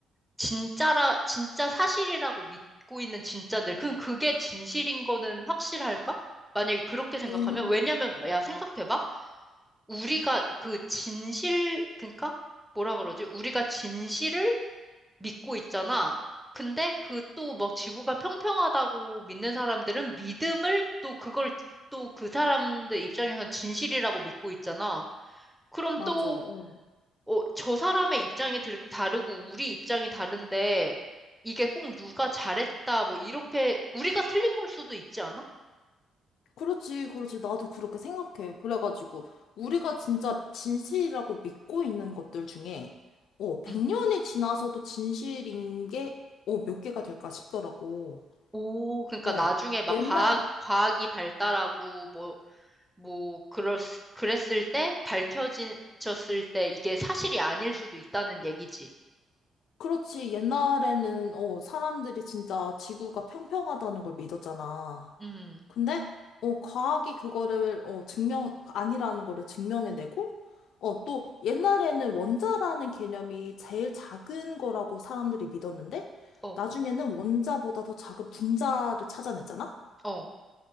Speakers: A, in the centre; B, on the left.
A: 진짜라, 진짜 사실이라고 믿고 있는 진짜들. 그럼 그게 진실인 거는 확실할까? 만약에 그렇게 생각하면,
B: 음,
A: 왜냐면, 야, 생각해봐. 우리가 그 진실, 그러니까 뭐라 그러지? 우리가 진실을 믿고 있잖아. 근데 그 또 막 지구가 평평하다고 믿는 사람들은 믿음을 또 그걸 또 그 사람들 입장에선 진실이라고 믿고 있잖아. 그럼
B: 맞아.
A: 또,
B: 어.
A: 어, 저 사람의 입장이 들- 다르고 우리 입장이 다른데 이게 꼭 누가 잘했다 뭐 이렇게 우리가 틀린 걸 수도 있지 않아?
B: 그렇지, 그렇지. 나도 그렇게 생각해. 그래가지고, 우리가 진짜 진실이라고 믿고 있는 것들 중에, 어, 100년이
A: 응.
B: 지나서도 진실인 게, 어, 몇 개가 될까 싶더라고.
A: 오, 그러니까
B: 어,
A: 나중에 막
B: 옛날,
A: 과학, 과학이 발달하고 뭐 뭐, 그랬, 그랬을 때, 밝혀졌을 때, 이게 사실이 아닐 수도 있다는 얘기지.
B: 그렇지. 옛날에는, 어, 사람들이 진짜 지구가 평평하다는 걸 믿었잖아.
A: 음,
B: 근데 어 과학이 그거를 어 증명 아니라는 거를 증명해내고 어 또 옛날에는 원자라는 개념이 제일 작은 거라고 사람들이 믿었는데
A: 어,
B: 나중에는 원자보다 더 작은 분자를 찾아냈잖아.
A: 어.